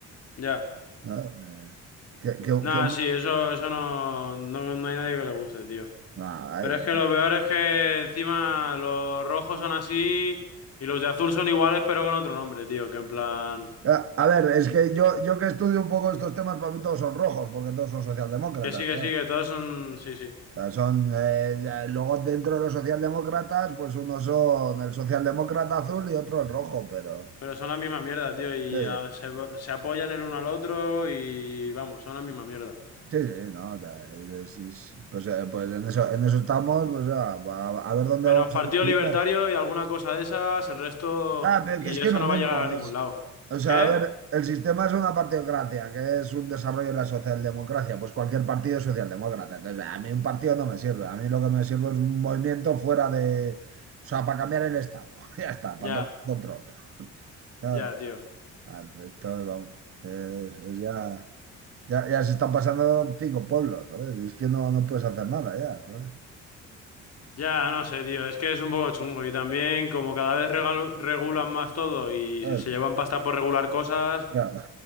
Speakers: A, on the left; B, on the right.
A: Ya.
B: ¿no? Eh, que, que-
A: Nada,
B: que un-
A: sí, eso, eso no, no, no hay nadie que le guste, tío.
B: ah,
A: Pero
B: ay.
A: es que lo peor es que encima los rojos son así y los de azul son iguales pero con otro nombre, tío. Que en plan...
B: Ah, a ver, es que yo, yo que estudio un poco estos temas, para mí todos son rojos, porque todos son socialdemócratas,
A: Que sí, que
B: claro.
A: sí, que todos son... Sí, sí.
B: O sea, son, eh, eh, luego dentro de los socialdemócratas, pues unos son el socialdemócrata azul y otro el rojo, pero...
A: Pero son la misma mierda, tío. Y
B: Sí,
A: ah, se, se apoyan el uno al otro y vamos, son la misma mierda.
B: Sí, sí, no, ta- es- es- pues, eh, pues en eso, en eso estamos, pues ah, a, a ver dónde
A: Menos
B: vamos
A: Partido
B: a terminar.
A: Libertario y alguna cosa de esas, el resto...
B: Ah, pero
A: Y
B: que es
A: eso
B: que es lo
A: no
B: mismo,
A: va a llegar a ningún
B: es,
A: lado.
B: o sea,
A: ¿Qué?
B: a ver, el sistema es una partidocracia, que es un desarrollo de la socialdemocracia, pues cualquier partido es socialdemócrata, entonces a mí un partido no me sirve, a mí lo que me sirve es un movimiento fuera de, o sea, para cambiar el estado, <laughs> ya está,
A: Ya,
B: para tomar control. <laughs> Claro,
A: ya, tío.
B: claro, esto, vamos, es es ya... Ya, ya se están pasando cinco pueblos, joder. y Es que no, no puedes hacer nada ya, ¿sabes?
A: Ya, no sé, tío, es que es un poco chungo y también como cada vez regal- regulan más todo y
B: <laughs> ¿Sabes?
A: se se llevan pasta por regular cosas,
B: Claro.